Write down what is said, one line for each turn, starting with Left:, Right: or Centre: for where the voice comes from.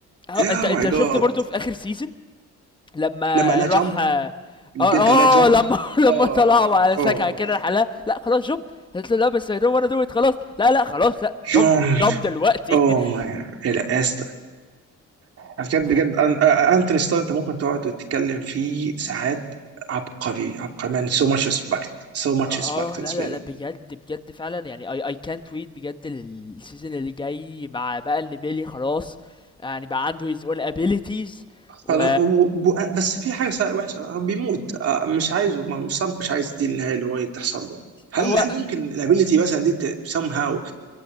Left: آه
Right: يا
Left: أنت أنت
Right: ماي جاد
Left: شُفت برضه في آخر season لمّا
Right: لما لا
Left: راح
Right: جامب
Left: آه
Right: البنت
Left: آه
Right: لا جامب
Left: لمّا <laughs>
Right: اه
Left: لمّا طلعوا على سكعة
Right: اه
Left: كده لحالها، لأ خلاص jump قالت له: "لأ بس I don't wanna do it" خلاص، لأ، لأ خلاص لأ jump
Right: جامب
Left: jump دلوقتي
Right: اوه
Left: <laughs>
Right: ماي لا يا اسطى بجد
Left: ف
Right: بجد أن- آه، انتوني ستار انت ممكن تقعد وتتكلم فيه ساعات عبقري عبقري مان سو ماتش ريسبكت سو ماتش
Left: اه
Right: ريسبكت بالنسبه
Left: لا لا
Right: لي
Left: لا بجد بجد فعلا يعني اي اي كانت ويت بجد للسيزون اللي جاي مع بقى ان بيلي خلاص يعني بقى عنده his own abilities و
Right: خلاص و- و- بس
Left: مم.
Right: في حاجه سا- وحشه هو بيموت آه، مش عايزه ما- مش سام، مش عايز دي النهايه اللي هو تحصل له هل
Left: هو
Right: هل ممكن الابيلتي مثلا دي سام هاو